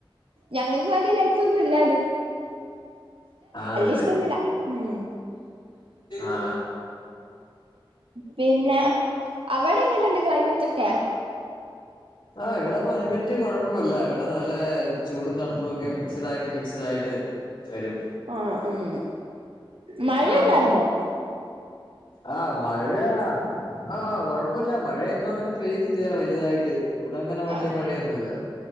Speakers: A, on the right; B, on the left.
A: ഞങ്ങക്ക് വല്യ ലൈസൊന്നുല്ല
B: ആണല്ലെ
A: ഇഷ്ടൊന്നുല്ല ഉം
B: ആ
A: പിന്നെ അവ്ടെങ്ങന്ണ്ട് ക്ലൈമറ്റൊക്കെ
B: ആഹ് ഇവടെ ക്ലൈമറ്റ് കൊഴപ്പവില്ല ഇവിടെ നല്ല ചൂടും തണുപ്പും ഒക്കെ മിക്സ്ഡായിട്ട് മിക്സ്ഡായിട്ട് ട്ട് വരും
A: ആഹ് ഉം മഴയുണ്ടായിരുന്നോ
B: ആഹ് ആഹ് മഴ ആഹ് കൊഴപ്പല്ല മഴയൊന്നും അങ്ങനെ പെയ്തില്ല വല്തായിട്ട് ഇവിടങ്ങനെ വല്യ
A: ആഹ്
B: മഴയൊന്നുല്ല